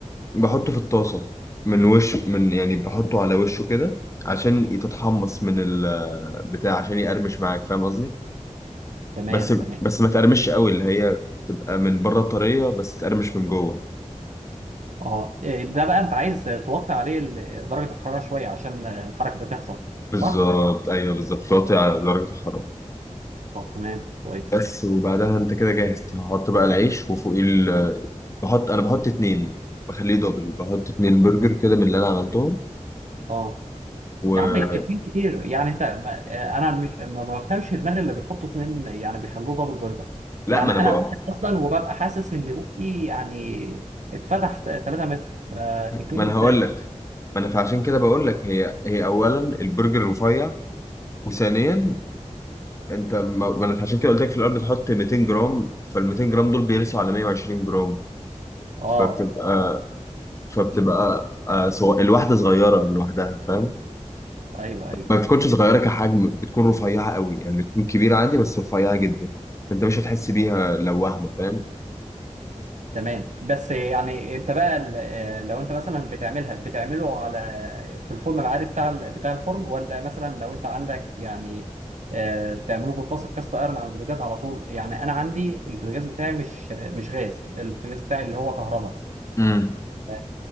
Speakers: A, on the left (about 25°); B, on the right (about 70°).
A: بحطه في الطاسه من وش من يعني بحطه على وشه كده عشان تتحمص من البتاع عشان يقرمش معاك فاهم قصدي
B: تمام
A: بس
B: تمام
A: بس ما تقرمش قوي اللي هي تبقى من بره طريه بس تقرمش من جوه
B: اه إيه، ده بقى انت عايز توطي عليه ال- درجه الحراره شويه عشان الحركه دي تحصل
A: بالظبط
B: صح
A: ايوه بالظبط توطي على درجه الحراره
B: طب تمام كويس
A: بس وبعدها انت كده جاهز تحط بقى العيش وفوقيه ال... بحط انا بحط اتنين بخليه دبل بحط اتنين برجر كده من اللي انا عملتهم
B: اه
A: و...
B: يا عم اتنين كتير يعني انت ما- آه، انا مش ما بفهمش دماغ اللي بيحطوا اتنين يعني بيخلوه دبل برجر
A: لا
B: يعني
A: ما
B: انا
A: انا بقى
B: واحد اصلا وببقى حاسس ان بقي يعني اتفتح 3 متر فاتنين
A: ما انا
B: ازاي
A: هقول لك ما انا فعشان كده بقول لك هي هي اولا البرجر رفيع وثانيا انت ما ما انا عشان كده قلت لك في الاول بتحط 200 جرام فال 200 جرام دول بيرسوا على 120 جرام
B: اه
A: فبتبقى
B: آه،
A: فبتبقى آه، سواء الواحدة صغيرة لوحدها فاهم
B: ايوه ايوه
A: ما بتكونش صغيرة كحجم بتكون رفيعة قوي يعني بتكون كبيرة عادي بس رفيعة جدا انت مش هتحس بيها لو واحدة فاهم
B: تمام بس يعني انت بقى ال- آه، لو انت مثلا بتعملها بتعمله على في الفرن العادي بتاع ال- بتاع الفرن ولا مثلا لو انت عندك يعني آه، تعمله بطاسه كاست ايرون على البوتاجاز على طول يعني انا عندي البوتاجاز بتاعي مش مش غاز البوتاجاز بتاعي اللي هو كهرباء
A: امم
B: آه،